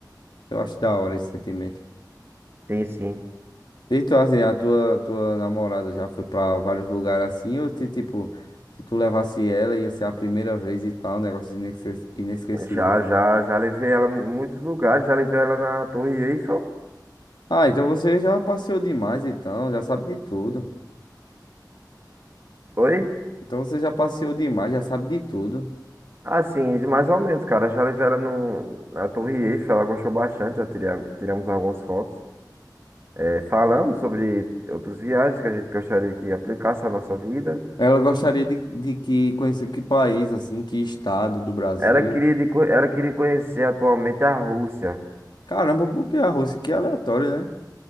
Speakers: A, on the left; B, on the right.
A: Eu acho da hora esse sentimento.
B: Tem sim.
A: E tu, assim, a tua, tua namorada já foi pra vários lugares assim, ou se, tipo, se tu levasse ela, ia ser a primeira vez e tal, um negócio inesque- inesquecível.
B: Já, já, já levei ela em muitos lugares, já levei ela na Torre Eiffel.
A: Ah, então você já passeou demais, então, já sabe de tudo.
B: Oi?
A: Então você já passeou demais, já sabe de tudo.
B: Assim, mais ou menos, cara, já levei ela no, na Torre Eiffel, ela gostou bastante, já tiria- tiramos algumas fotos. É, falamos sobre outras viagens que a gente gostaria que aplicasse à nossa vida.
A: Ela gostaria de, de que conhecer que país, assim, que estado do Brasil.
B: Ela queria, de co- ela queria conhecer atualmente a Rússia.
A: Caramba, por que a Rússia? Que aleatório, né?